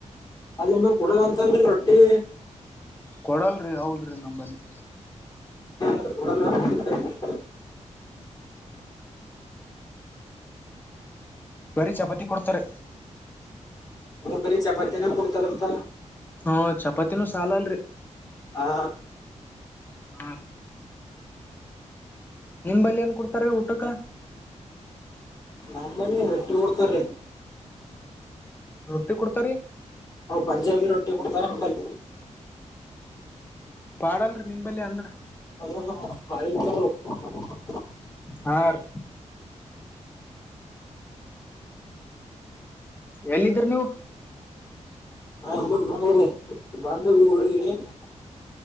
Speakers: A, on the left (about 30°); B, on the left (about 15°).
A: ಅದು ನನ್ ಕೊಡಲ್ಲ ಅಂತನ್ರಿ ರೊಟ್ಟಿ.
B: ಕೊಡಲರಿ ಹೌದ್ರಿ ನಂಬಲ್ಲಿ.
A: <inaudible>
B: ಬರೀ ಚಪಾತಿ ಕೊಡ್ತಾರೆ.
A: ಬರಿ ಚಪಾತಿನ ಕೊಡ್ತಾರಂತ.
B: ಹು ಚಪಾತಿನೂ ಸಾಲಂಡ್ರಿ.
A: ಆ ಆ.
B: ಹಾ ರಿ ನಿಮಂಬಲ್ಲಿ ಏನ್ ಕೊಡ್ತಾರಿ ಊಟಕ್ಕ.
A: ನಮ್ಮಲ್ಲಿ ರೊಟ್ಟಿ ಕೊಡ್ತಾರಿ.
B: ರೊಟ್ಟಿ ಕೊಡ್ತಾರೀ.
A: ಪಂಜಾಬಿ ರೊಟ್ಟಿ ಕೊಡ್ತಾರಂಟಲ್ಲ
B: ಪಾಡಲ್ರಿ ನಿಂಬಲ್ಲಿ ಅಂದ್ರ
A: ಹ ಬಾಯತು <inaudible>
B: ಹಾ ರೀ ಎಲ್ಲಿದ್ರ ನೀವು
A: <unintelligible>